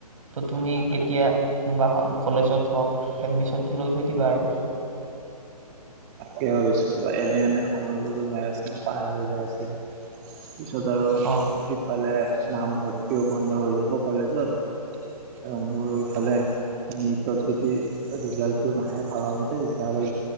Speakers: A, on the right; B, on the right.
A: তুমি এতিয়া কোনোবাখন কলেজত হওক এডমিশ্যন তো লৈ থৈ দিবা আৰু
B: তাকে ভাবিছোঁ বা এনে এনে সময়বোৰো যাই আছে ন পাৰ হৈ যাই আছে পিছত আৰু
A: অঁ
B: ইফালে নামভৰ্তিও বন্ধ হৈ যাব কলেজত, আৰু মোৰ এইফালে নীটত যদি ৰিজাল্টটো নাহে ভাবামতে তেতিয়াহ'লে